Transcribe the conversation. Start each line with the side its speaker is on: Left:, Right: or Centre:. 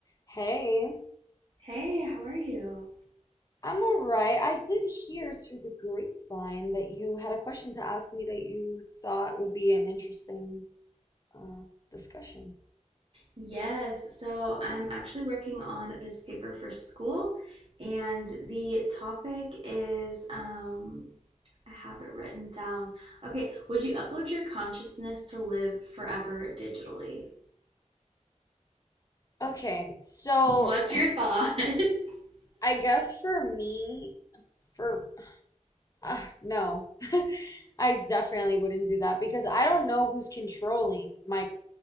Left: Hey,
Right: Hey, how are you?
Left: I'm all right. I did hear through the grapevine that you had a question to ask me that you thought would be an interesting uh, discussion.
Right: Yes, so I'm actually working on this paper for school, and the topic is um, I have it written down. Okay, would you upload your consciousness to live forever digitally?
Left: Okay, so
Right: Mm, What's your thoughts? <laughs>
Left: I guess for me, for uh, no, I definitely wouldn't do that because I don't know who's controlling my